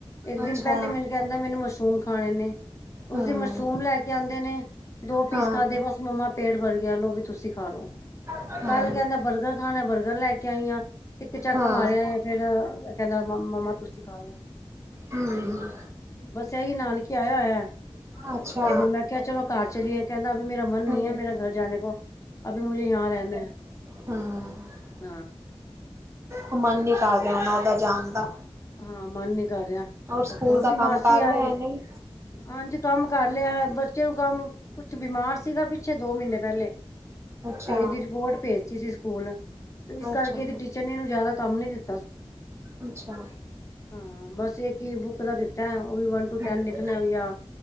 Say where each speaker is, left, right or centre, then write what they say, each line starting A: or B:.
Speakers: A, on the left (about 30°); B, on the right (about 25°).
A: ਇੱਕ ਦਿਨ
B: ਅੱਛਾ
A: ਪਹਿਲੇ ਮੈਂਨੂੰ ਕਹਿੰਦਾਂ, ਮੈਂਨੂੰ ਮਸ਼ਰੂਮ ਖਾਨੇ ਨੇਂ,
B: ਹਮ।
A: ਉਸ ਦਿਨ ਮਸ਼ਰੂਮ ਲ਼ੈ ਕੇ ਆਂਦੇ ਨੇਂ। ਦੋ ਪੀਸ
B: ਹਾਂ,
A: ਖਾਂਦੇ, ਬਸ ਮੰਮਾ ਪੇਂਟ ਬਰ ਗੇਆਂ ਲੋ ਵੀ ਤੁਸੀਂ ਖਾਂ ਲੋ।
B: ਹਾਂ,
A: ਕੱਲ੍ਹ ਕਹਿੰਦਾਂ ਬਰਗਰ ਖਾਨਾ, ਬਰਗਰ ਲ਼ੈ ਕੇ ਆਈਂ ਆ। ਇੱਕ ਚੱਕ
B: ਹਾਂ,
A: ਮਾਰੇਆਂ, ਫੇਰ ਕਹਿੰਦਾਂ ਮੰਮਾ ਤੁਸੀਂ ਖਾਂ ਲੋ।
B: ਹੂੰ-ਹੂੰ
A: ਬਸ ਏਹੀ ਨਾਨਕੇ ਆਏਆਂ ਹੋਏਆਂ।
B: ਅੱਛਾ।
A: ਤੇ ਹੁਨ ਮੈਂ ਕੇਆ ਚਲੋਂ ਘਰ ਚਲੀਏ, ਕਹਿੰਦਾ ਅਬੀ ਮੇਰਾ ਮਨ
B: ਹੂੰ,
A: ਨਈ ਮੇਰਾ ਘਰ ਜਾਨੇ ਕੋ। ਅਬੀ ਮੁਜੇ ਯਹਾਂ ਰਹਿਨਾ ਐ।
B: ਹਾਂ।
A: ਹਾਂ।
B: ਓ ਮਨ ਨੀਂ ਕਰ ਰੇਆ, ਓਦਾਂ ਜਾਨ ਦਾ।
A: ਹਾਂ, ਮਨ ਨੀਂ ਕਰ ਰੇਆ,
B: ਔਰ ਸਕੂਲ
A: ਉਦੀ
B: ਦਾ ਕੰਮ
A: ਮਾਸੀ
B: ਕਰ
A: ਆਈਂ।
B: ਲਿਆ ਇਹਨੇ?
A: ਹਾਂਜੀ, ਕੰਮ ਕਰ ਲੇਆ, ਬ ਬੱਚੇ ਨੂੰ ਕੰਮ ਕੁੱਛ ਬਿਮਾਰ ਸੀਗਾ, ਪਿੱਛੇ ਦੋ ਮਹੀਨੇਂ ਪਹਿਲੇ।
B: ਅੱਛਾ,
A: ਤੇ ਇਦੀ ਰਿਪੋਰਟ ਭੇਜਤੀ ਸੀਂ, ਸਕੂਲ ਤੇ, ਇਸ
B: ਅੱਛਾ,
A: ਕਰਕੇ ਇਦੀ ਟੀਚਰ ਨੇਂ ਇਨੂੰ ਜੇਆਦਾ ਕੰਮ ਨੀਂ ਦਿੱਤਾਂ ਸੀ।
B: ਅੱਛਾ।
A: ਹਾਂ, ਬਸ ਏਕ ਈ ਬੁੱਕ ਦਾ ਦਿੱਤਾਂ, ਓ ਵੀ ਵਨ ਟੂ
B: ਹੂੰ,
A: ਟੈਨ ਲਿਖਨਾ ਵੀ ਜਾਂ।